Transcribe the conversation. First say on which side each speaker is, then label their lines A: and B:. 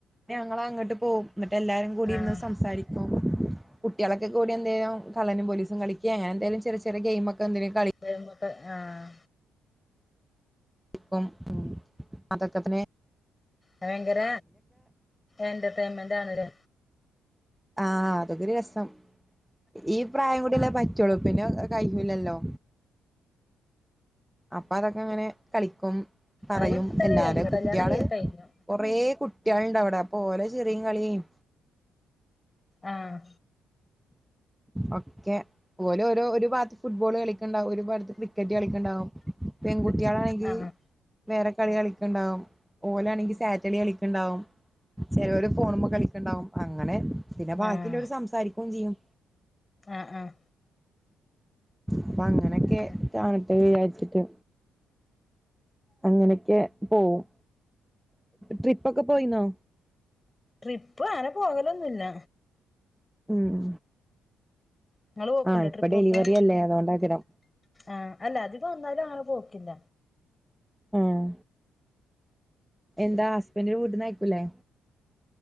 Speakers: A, in the centre; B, on the left.
A: ഞങ്ങളങ്ങട്ട് പോകും ഇങ്ങട്ട് എല്ലാരും കൂടി
B: ആഹ്
A: ഇന്ന് സംസാരിക്കും കുട്ടിയാളൊക്കെ കൂടി എന്തേലും കള്ളനും പോലീസും കളിക്കെ അങ്ങനെന്തിലും ചെറിയ ചെറിയ ഗൈയ്മെന്തേലും കളി
B: <unintelligible> ആഹ്
A: ക്കും അതൊക്കത്തന്നേ
B: ഭയ്ങ്കര എന്റർടൈൻമെന്റ് ആണ് ലെ
A: ആഹ് അതൊക്കെരു രസം ഈ പ്രായം കൂടിയല്ലേ പറ്റുളൂ പിന്നെ കഴിയൂല്ലല്ലോ അപ്പൊ അതൊക്കെ അങ്ങനെ കളിക്കും പറയും
B: ആഹ് ഇപ്പ തന്നെ
A: എല്ലാരും
B: കഴിഞ്ഞു
A: കുട്ടിയാള്
B: കല്യാണം കഴിഞ്ഞു
A: കൊറേകുട്ടിയാള്ണ്ട് അവിടെ അപ്പോ ഓലെ ചിറിം കളീം
B: ആഹ്
A: ഒക്കെ ഓല് ഒരു ഒരു ഭാഗത്ത് ഫുട്ബോള് കളിക്ക്ണ്ടാവും ഒരു ഭാഗത്ത് ക്രിക്കറ്റ് കളിക്ക്ണ്ടാവും പെൺകുട്ടിയാളാണെങ്കി
B: ആഹ്
A: വേറെ കളി കളിക്ക്ണ്ടാവും ഓലാണെങ്കിൽ സാറ്റലി കളിക്ക്ണ്ടാവും ചെലോര് ഫോണുമ്മ കളിക്ക്ണ്ടാവും അങ്ങനെ പിന്നെ ബാക്കിയില്ലോര്
B: ആഹ്
A: സംസാരിക്കുംചെയ്യും
B: ആഹ് ആഹ്
A: അപ്പൊ അങ്ങനെയൊക്കെ
B: അങ്ങനെ
A: കാണട്ടെ വിചാരിച്ചിട്ട് അങ്ങനെയൊക്കെ പോവും ട്രിപ്പൊക്കെ പോയിനോ
B: ട്രിപ്പ് അങ്ങനെ പോകലൊന്നുല്ല
A: ഉം
B: ഇങ്ങള് പോക്ക്ണ്ടോ
A: ആഹ് ഇപ്പൊ
B: ട്രിപ്പൊക്കെ
A: ഡെലിവറി അല്ലേ അതോണ്ടാകാരം
B: ആഹ് അല്ല അധികും അങ്ങനെ പോക്കില്ല
A: ആഹ് എന്താ ഹസ്ബൻഡ്ന്റെ വീട്ട്ന്ന് അയ്ക്കൂല്ലേ